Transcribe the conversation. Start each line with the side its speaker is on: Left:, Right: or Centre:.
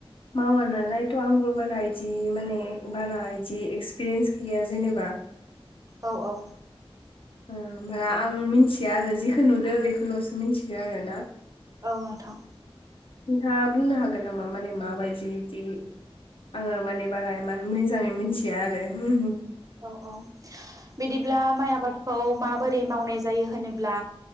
Left: मावा नालायथ' आंबो बारा इदि माने बारा इदि एक्सपिरियेन्स गैया जेनेबा
Right: औ औ
Left: ओ होनबोला आं मिन्थिया आरो जिखो नुदो बेखौल'सो मिन्थिगो आरो ना
Right: औ नोंथां।
Left: नोंथाङा बुंनो हागोन नामा माने माबायदि इदि आङो माने बारा इमान मोजाङै मिन्थिया आरो होहो
Right: औ अ बिदिब्ला माइ आबाद खौ माबोरै मावनाय जायो होनोब्ला